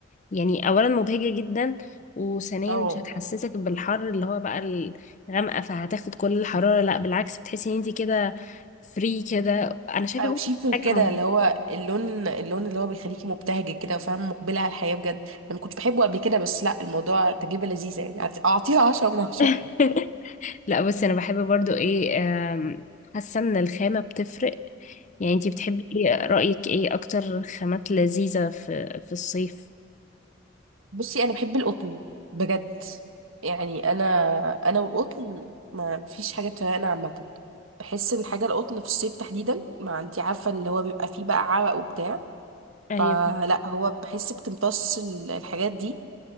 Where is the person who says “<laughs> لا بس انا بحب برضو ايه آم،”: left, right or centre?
Left